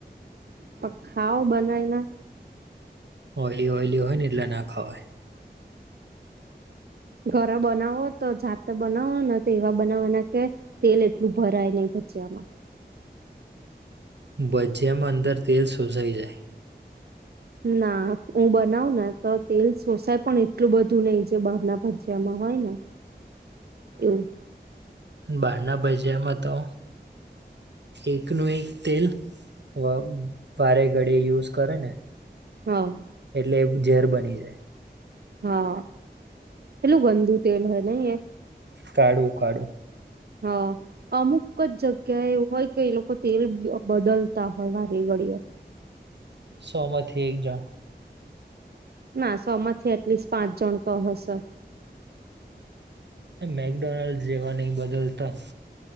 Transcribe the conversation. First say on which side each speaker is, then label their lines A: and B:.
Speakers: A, on the right (about 65°); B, on the right (about 85°).
A: પ ખાઓ બનાય ને.
B: ઓયલી ઓયલી હોય ને એટલે ના ખાવાય.
A: ઘર બનાવો તો જાતે બનાવો ને તો એવા બનાવવાના કે તેલ એટલું ભરાય નહી બચામાં
B: ભજિયામાં અંદર તેલ શોસાઈ જાય.
A: ના હું બનાવને તો તેલ સોસાય પણ એટલું બધું નહીિ જે બહાર ના ભાજિયામાં હોય ને.
B: <inaudible>
A: એવું.
B: બારના ભાજિયામાં તો એકનું એક તેલ. વ વાારે ઘળી યુઝ કરે ને.
A: હા.
B: એટલે ઝેર બની જાય.
A: હા એટલું ગંદુ તેલ હ નઈ એ.
B: કાઢું કાઢું.
A: હા. અમુક જ જગ્યા એવું હોય કે એ લોકો તેલ બદલતા હોય વારે ઘડય
B: સો માંથી હ એક એક જાણ
A: ના સો માંથી એટલીસ્ટ પાંચ જણ તો હશે.
B: મેકડોનાલ્ડ જેવા નહી બદલતા.